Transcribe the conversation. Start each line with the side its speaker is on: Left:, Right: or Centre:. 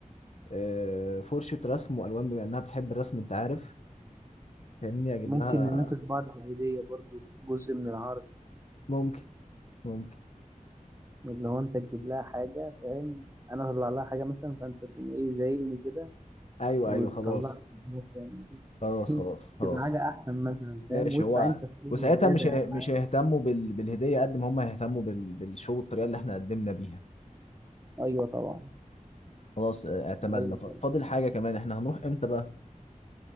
Left: آه، فرشة رسم وألوان بما إنها بتحب الرسم أنت عارف فاهمني أجيب
Right: ممكن
Left: لها
Right: ننافس مم. بعض في الهديه برضو جزء من العرض
Left: ممكن ممكن
Right: اللي هو انت تجيب لها حاجه فاهم انا اطلع لها حاجه مثلا فانت تقوم ايه زايقني كده
Left: أيوه
Right: وتطلع
Left: أيوه خلاص
Right: لي حاجه تانية.
Left: خلاص خلاص
Right: <laughs>
Left: خلاص
Right: تبقى حاجه احسن مثلا
Left: ماشي
Right: فاهم وادفع
Left: هو
Right: انت فلوس
Left: وساعتها
Right: زياده
Left: مش هي-
Right: يا عم
Left: مش
Right: عادي.
Left: هيهتموا بال... بالهدية قد ما هم هيهتموا بال... بالشو الطريقة اللي احنا قدمنا بيها
Right: ايوه طبعا
Left: خلاص آه، اعتمدنا
Right: ايوه
Left: ف-
Right: طبعا
Left: فاضل حاجة كمان احنا هنروح امتى بقى؟